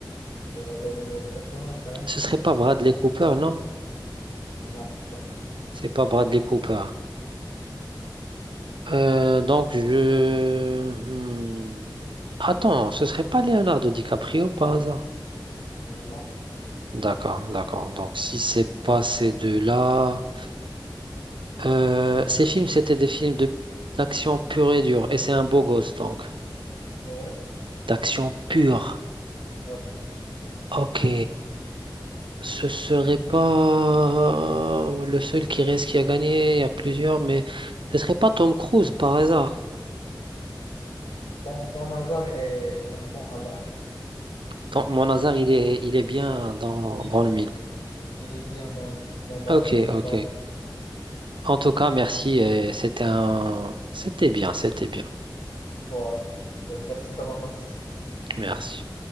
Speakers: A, on the left; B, on the right.
A: te révèle le personnage carrément?
B: ce serait pas Bradley Cooper, non?
A: Non, c'est pas lui.
B: C'est pas Bradley Cooper. Euh, donc, je... hmm. Attends, ce serait pas Leonardo DiCaprio par hasard?
A: Non.
B: D'accord, d'accord. Donc, si c'est pas ces deux-là... Euh, ces films, c'était des films de d'action pure et dure. Et c'est un beau gosse, donc.
A: Ouais,
B: D'action pure.
A: ouais.
B: Ok. Ce serait pas euh, le seul qui reste qui a gagné. Il y a plusieurs, mais ce serait pas Tom Cruise par hasard.
A: Ton, ton hasard est, est un bon hasard.
B: Tom- mon hasard, il est, il est bien dans,
A: Il
B: dans
A: est,
B: le mille.
A: il est bien dans lui. Bon, bah,
B: Ok,
A: j'ai j'ai
B: ok.
A: pas.
B: En tout cas, merci. et C'était un... C'était bien, c'était bien.
A: Voilà. Euh, Merci d'avoir participé.
B: Merci.